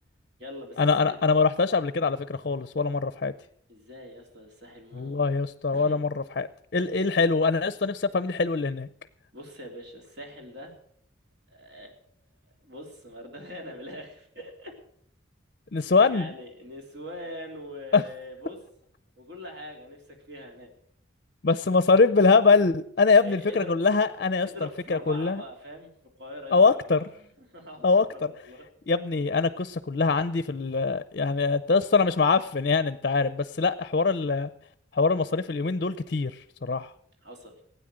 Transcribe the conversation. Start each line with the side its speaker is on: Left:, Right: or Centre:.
Right: يلا بس
Left: انا
Right: الساحل
Left: انا انا ما رحتهاش قبل كده على فكرة خالص ولا مرة في حياتي
Right: ازاي يا اسطى الساحل موت
Left: والله يا اسطى
Right: <laughs>
Left: ولا مره في حياتي ايه ال- إيه الحلو انا يا اسطى نفسي افهم ايه الحلو اللي هناك
Right: بص يا باشا الساحل ده آه، بص مردغانا من الاخر <laughs>
Left: نسوان
Right: يعني نسوان وبص
Left: <laughs>
Right: وكل حاجه نفسك فيها هناك
Left: بس مصاريف بالهبل انا
Right: بس
Left: يا ابني
Right: اضرب
Left: الفكره كلها انا يا
Right: اضرب
Left: اسطى الفكره
Right: في اربعه
Left: كلها
Right: بقى فاهم في القاهره اضرب
Left: او اكتر
Right: على اربعه <laughs> او
Left: او
Right: اكتر
Left: اكتر
Right: والله
Left: يا ابني انا القصه كلها عندي في ال يعني انت يا اسطى انا مش معفن يعني انت عارف بس لا حوار ال... حوار المصاريف اليومين دول كتير صراحه
Right: حصل